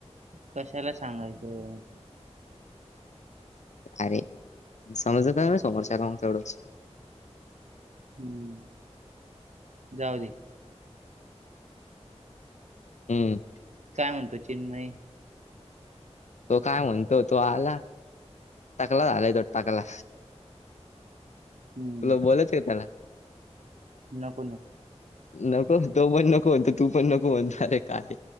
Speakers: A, on the right; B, on the left.
A: कशाला सांगायचं.
B: अरे समजात ना समोरचा काण डच.
A: ह् जाऊडे.
B: हम्म
A: काय म्हणतो चिन्मय.
B: तो काय म्हणतो तो आला टाकला झालाय तो टाकला.
A: हम्म
B: तुला बोोलच का त्याला.
A: नको नको
B: नको तो पण नको म्हणतो तू पण नको म्हणणारे काय